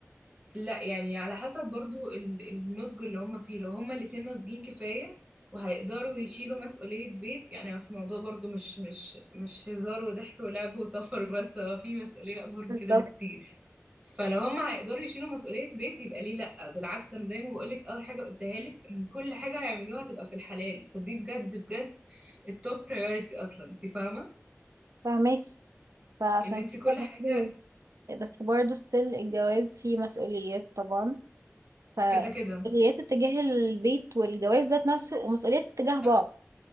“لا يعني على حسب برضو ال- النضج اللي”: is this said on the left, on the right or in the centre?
Right